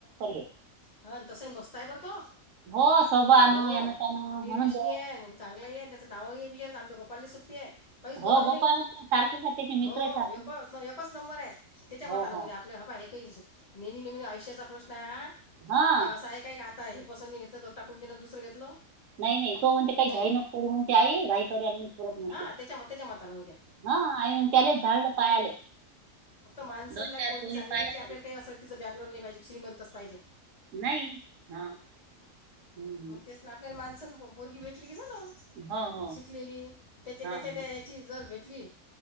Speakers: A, on the right; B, on the left.
A: <unintelligible>
B: हा तसही मस्त आहे बरं तो
A: हो सोबा आणू
B: <inaudible> हो
A: यानं त्यानं
B: निर्व्यसनी
A: म्हणून ते-
B: आहे चांगला आहे. नावही आहे. आमच्या गोपालले शोभती आहे. काहीच बदल
A: हो गोपाळ
B: नाही
A: सारखेच
B: <inaudible>
A: आहेत त्याचे मित्र
B: हो
A: सारखे
B: एकच एकच नंबर आहे. त्याच्या
A: हो
B: मतानं
A: हो
B: होऊ दे. आपल्या हबा हे काही नेहमी नेहमी आयुष्याचा प्रश्न आहे हा
A: हा
B: हे असा आहे काय? काय हे पसंद नाही घेतलं तर टाकून दिला दुसरं घेतलं.
A: नाही नाही तो म्हणते काही
B: नाही
A: घाईनको करू म्हणते आई घाई करायला मी परत म्हणते.
B: हां त्याच्या त्याच्या मतानं होऊ द्या
A: हा आणि त्यालाच झाडलं पायाले.
B: माणस
A: दोन
B: अन
A: चार
B: पोरगी
A: पोरी
B: चगली
A: पाहिल्या
B: भेली आपल्याला
A: त्याने
B: काही असं तिं बॅकग्रउंड नाही पाजे श्रीमंतच पायजे.
A: नाही हा हम्म हम्म.
B: मग तेच ना आपल्याला माणसं पोरगी भेटली की झालं.
A: हो हो
B: शिकलेली त्याच्या
A: हा
B: त्याच्या त्या
A: हा
B: याची जर भेटली.